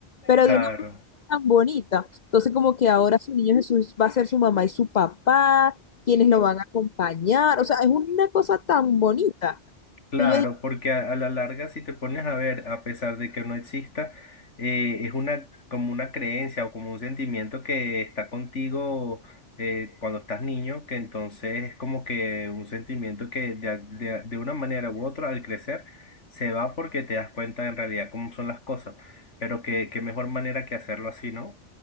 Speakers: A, on the left (about 40°); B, on the left (about 85°).
A: pero
B: claro.
A: de una manera tan bonita. Entonces como que ahora su niño Jesús va a ser su mamá y su papá, quienes lo van a acompañar, o sea, es una cosa tan bonita.
B: Claro,
A: que yo
B: porque a, a la larga, si te pones a ver, a pesar de que no exista, eh, es una como una creencia o como un sentimiento que está contigo eh, cuando estás niño, que entonces es como que un sentimiento que de, a- de a- de una manera u otra al crecer se va porque te das cuenta en realidad cómo son las cosas, pero que qué mejor manera que hacerlo así, ¿no?